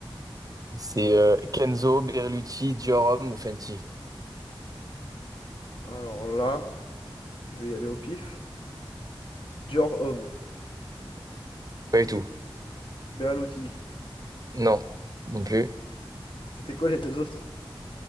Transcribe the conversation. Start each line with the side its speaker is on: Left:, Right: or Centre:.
Right: C'est euh, Kenzo, Berluti, Diorum ou Fenty?
Left: Alors là, je vais y aller au pif. Dior Homme,
Right: Pas du tout.
Left: Berluti.
Right: Non, non plus.
Left: C'était quoi les deux autres?